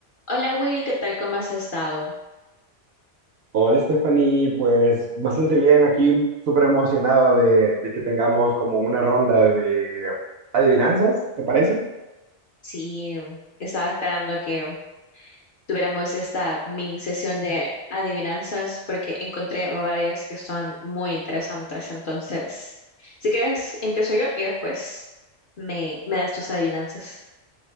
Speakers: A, on the left; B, on the right.
A: Hola Will, ¿qué tal? ¿Cómo has estado?
B: Hola Stephanie, pues bastante bien aquí, súper emocionado de, de que tengamos como una ronda de adivinanzas, ¿te parece?
A: Sí, estaba esperando que tuviéramos esta mini sesión de adivinanzas porque encontré varias que son muy interesantes. Entonces, si quieres, empiezo yo y después me, me das tus adivinanzas.